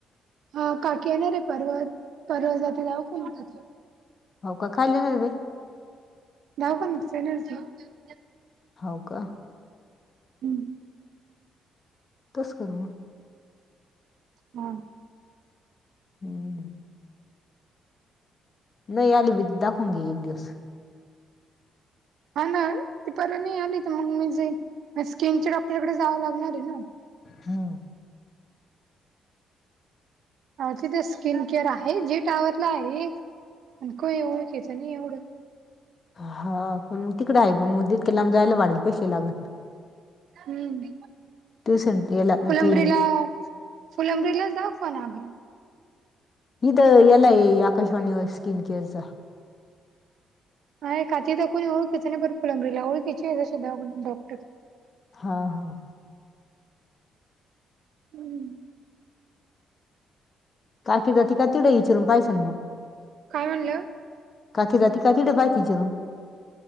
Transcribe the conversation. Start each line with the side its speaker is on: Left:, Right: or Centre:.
Right: हा काकी येणार रे परवा, परवा जात जाऊ. <unintelligible>
Left: हो का, खायला. <unintelligible>
Right: नाव पण. <unintelligible>
Left: हो का.
Right: हम्.
Left: तस करू मग.
Right: हा.
Left: हम्म. नाही आली भी दाखवून घे एक दिवस.
Right: हा ना, ती परवा नाही आली तर मग मी जाईन स्किन च्या डॉक्टरकडे जावं लागणार आहे ना.
Left: हम्म.
Right: तिथे स्किन केअर आहे? जे टॉवरला आहे. आणि कोनी ओळखीच नाही एवढं.
Left: हा पण मग तिकडे आहे पण मग तितक्या लाब जायला वाढेल पैसे लागत.
Right: हम्म,
Left: ट्युशन याला
Right: फुलंब्रीला
Left: ते
Right: फुलंब्रीला दाखवा लागलं.
Left: इथ एला ए आकाशवाणी वर स्किन केअर्स.
Right: हा काकी तिथं कोण ओळखिच नाही फुलंब्रीला, ओळखिची आहे दवाखान्यात डॉक्टर.
Left: हा हा.
Right: हम्म.
Left: काकी जातीे का तिकडं विचारून पाहियंच ना मग.
Right: काय म्हणलं?
Left: काकी जाते का? तिकडं पहायचं विचारून.